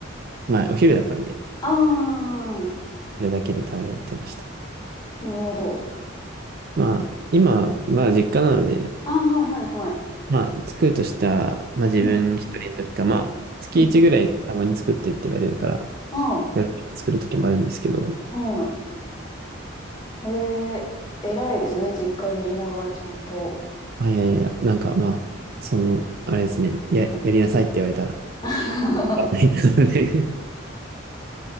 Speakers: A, on the right; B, on the left.
A: まあお昼だったんで、
B: ああ、
A: それだけで食べてました。
B: なるほど。
A: まあ、今、まあ実家なので、
B: ああ、はいはいはい。
A: まあ作るとしたら、まあ自分一人の時か、
B: うん、
A: まあ月一ぐらいたまに作ってって言われるから、
B: うん。あ
A: 夜作る時もあるんですけど、
B: あ、はい。ええ偉いですね。実家にいながらちゃんと。
A: あ、いやいや、なんかまあ、その、あれですね、や、
B: うん。
A: やりなさいって言われたら、
B: <laughs>
A: やらないので
B: あ